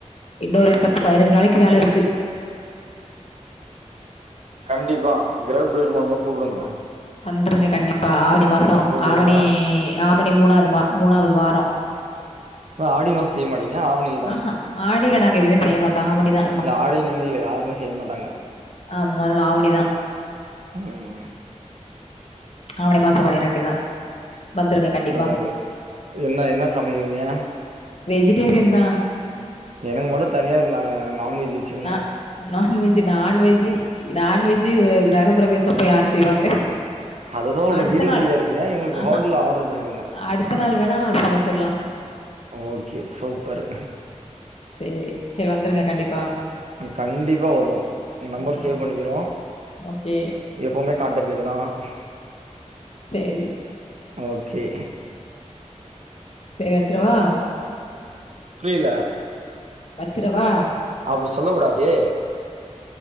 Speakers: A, on the left (about 55°); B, on the right (about 65°).
A: இன்னொரு பத்து பதினஞ்சு நாளைக்கு வேல இருக்கு
B: கண்டிப்பா கிரகபிரேஷம் பண்ணும்போது கூப்டுங்க
A: வந்துருங்க கண்டிப்பா ஆவணி மாசோ
B: கூப்டுவீங்களா
A: ஆவணி ஆவணி மூணாவது மா மூணாவது வாரோ
B: ஆடி மாஸ் செய்ய மாட்டிங்கல அவணில்
A: ஆஹா ஆடில நாங்க எதுமே செய்ய மாட்டோம் ஆவணிதா
B: இல்ல ஆடில நீங்கள் இல்ல யாருமே செய்ய மாட்டாங்க
A: ஆமா லாவணிதா
B: ம்
A: ஆவனி மாச பண்ணிர வேண்டி தா வந்துருங்க கண்டிப்பா.
B: நல்லது என்ன என்ன சமையல் <unintelligible>
A: வெஜிடேரியன் தா
B: எனக்கு மட்டு தனியா நா நான்வெஜ் வச்சிருங்க
A: நா நான்வெஜ்‌ நான்வெஜ் நான்வெஜ் கிரகப்பிரவேசப்ப யார் செய்வாங்க
B: அததா ஒல்ற
A: அடுத்த
B: வீட்ல
A: நாள்
B: செய்யாதீங்க எங்களுக்கு
A: ஆஹா
B: ஹோட்டல்ல ஆர்டர் பண்ணிடுங்க
A: அடுத்த நாள் வேணா சமைச்சிரலாம்.
B: ஓகே சூப்பரு
A: சேரி சேரி வந்துருங்க கண்டிப்பா
B: கண்டிப்பா வருவோ நம்பர்
A: ம்.
B: சேவ் பண்ணிக்கிறோ
A: ஓகே.
B: எப்போமே கான்டக்ட் <unintelligible>
A: சேரி
B: ஓகே
A: சே வச்சுறவா
B: புரியல
A: வச்சுரவா
B: அப்டி சொல்ல கூடாதே